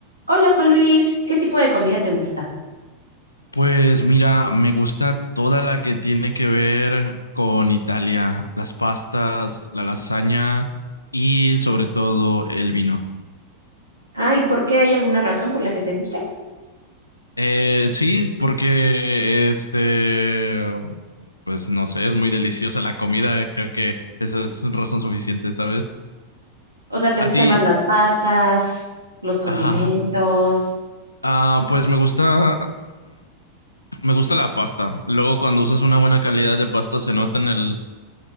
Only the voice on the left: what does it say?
Pues mira, me gusta toda la que tiene que ver con Italia, las pastas, la lasaña y sobre todo el vino.
Eh, sí, porque este, pues no sé, es muy deliciosa la comida, creo que eso es razón suficiente, ¿sabes?
A ti,
ajá, ah, pues me gusta, <clears throat> me gusta la pasta. Luego cuando usas una buena calidad de pasta se nota en el,